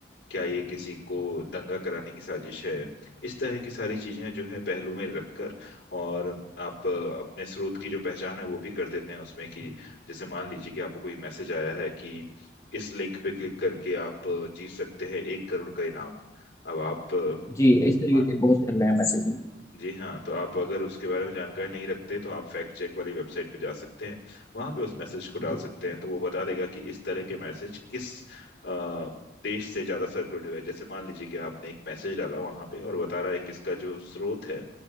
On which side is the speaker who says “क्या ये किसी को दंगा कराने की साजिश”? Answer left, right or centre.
Left